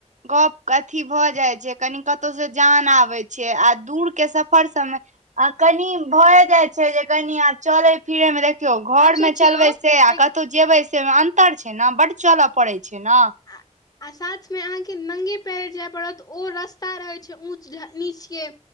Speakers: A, on the right; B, on the left.
A: गप्प क अथी भऽ जाइ छै, कनि कतहु स जान आबै छै, आ दूर के सफर सबमे आ कनि भए जाइत छै, जे कनि चऽलै फिरै में देखियौ, घर
B: आब सोचियौ
A: में चलबै से आ
B: जे
A: कतौ जेबै से में अन्तर छै ना? बड चलऽ पड़ै छै ना?
B: आ आ साथमे अहाँके नंगे पयरे जाय पड़त, ओ रस्ता रहै छै ऊँच घऽ नीच के।